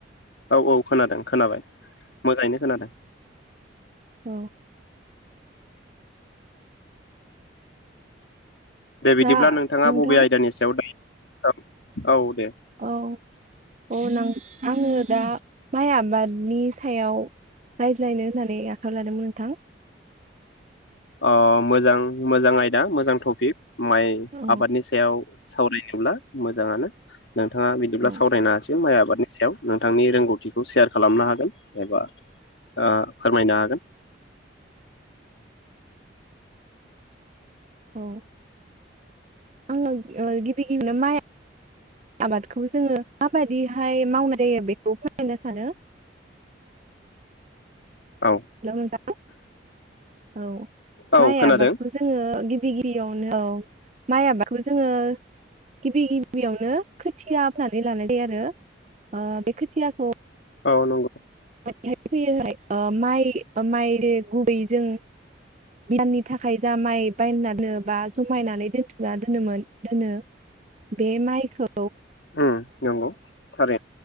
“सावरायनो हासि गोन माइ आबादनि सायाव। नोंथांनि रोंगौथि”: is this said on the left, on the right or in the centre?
Left